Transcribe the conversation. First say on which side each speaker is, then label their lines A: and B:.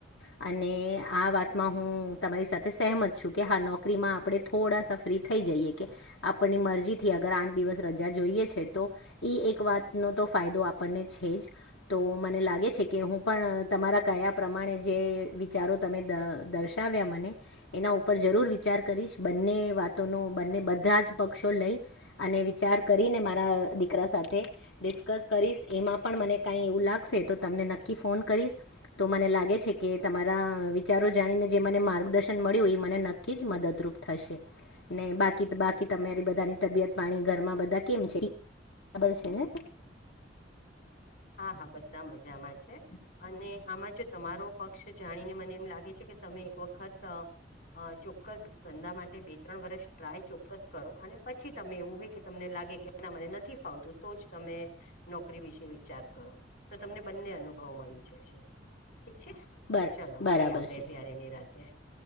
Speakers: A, on the left; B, on the left.
A: અને આ વાતમાં હું તમારી સાથે સહેમત છું. કે હા નોકરીમાં આપણે થોડાસા ફ્રી થઈ જઈએ કે આપણની મરજી થી અગર આઠ દિવસ રજા જોઈએ છે તો ઇ એક વાતનો તો ફાયદો આપણને છે જ તો મને લાગે છે કે હું પણ. પણ તમારા કયા પ્રમાણે જે વિચારો તમે દર્શાવ્યા મને એના ઉપર. પર જરૂર વિચાર કરીશ બંને વાતોનો બને બધા જ પક્ષો લઈ અને વિચાર કરી મારા દીકરા સાથે ડિસ્કસ કરીસ એમાં પણ મને કાય એવું લાગશે તો તમને નક્કી ફોન કરીસ તો મને લાગે છે કે તમારા વિચારો જાણીને જે મને માર્ગદર્શન મળ્યું એ મને નક્કી જ મદદરૂપ થશે ને બાકી. બાકી તમારી બધાની તબિયત પાણી ઘરમાં બધા કેમ છે બરાબર છે ને. <inaudible>
B: હા હા બધા મજામાં છે અને આમાં જો તમારો પગ જાણીને મને એમ લાગે છે કે તમે એક વખત અ અ ચોક્કસ ધંધા માટે બે ત્રણ વર્ષ ટ્રાય ચોક્કસ કરો અને પછી તમે એવું હોય કે તમને લાગે કે એના મને નથી ફાવતું તો જ તમે નોકરી વિશે વિચાર કરો તો તમને બંને અનુભવ મળી જશે. ઠીક છે
A: ભલે
B: ચલો
A: બરાબર
B: મળીએ આપડે
A: છે
B: ત્યારે નીરાતેે.